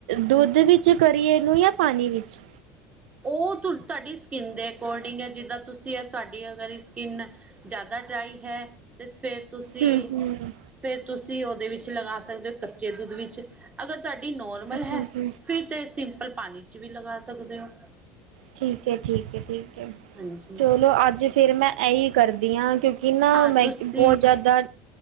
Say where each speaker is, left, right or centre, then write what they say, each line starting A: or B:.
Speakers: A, on the right; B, on the right.
A: ਦੁੱਧ ਵਿੱਚ ਕਰੀਏ ਇਹਨੂੰ ਯਾ ਪਾਣੀ ਵਿੱਚ।
B: ਉਹ ਤੁਹਾਡੀ ਸਕਿੰਨ ਦੇ ਅਕੋਰਡਿੰਗ ਹੈ ਜਿੱਦਾਂ ਤੁਸੀਂ ਆ ਤੁਹਾਡੀ ਅਗਰ ਈ ਸਕਿੰਨ ਜ਼ਿਆਦਾ ਡਰਾਈ ਹੈ ਤੇ ਫ਼ਿਰ ਤੁਸੀਂ
A: ਹੂੰ,
B: -ਫ਼ਿਰ
A: ਹੂੰ
B: ਤੁਸੀਂ ਉਹਦੇ ਵਿੱਚ ਲਗਾਂ ਸਕਦੇ ਹੋ ਕੱਚੇ ਦੁੱਧ ਵਿੱਚ। ਅਗਰ ਤੁਹਾਡੀ ਨੋਰਮਲ
A: ਅੱਛਾ,
B: ਹੈ
A: ਅੱਛਾ
B: ਫ਼ੇਰ ਤੇ ਸਿੰਪਲ ਪਾਣੀ ਚ ਵੀ ਲਗਾ ਸਕਦੇ ਹੋ।
A: ਠੀਕ ਹੈ- ਠੀਕ ਹੈ -ਠੀਕ ਹੈ
B: ਹਾਂਜੀ
A: ਚਲੋਂ, ਅੱਜ ਫੇਰ ਮੈਂ ਐਹੀ ਕਰਦੀ ਹਾਂ ਕਿਉਂਕਿ ਕਿ ਨਾ
B: ਹਾਂ
A: ਮੈਂ
B: ਤੁਸੀਂ
A: ਬਹੁਤ ਜ਼ਿਆਦਾ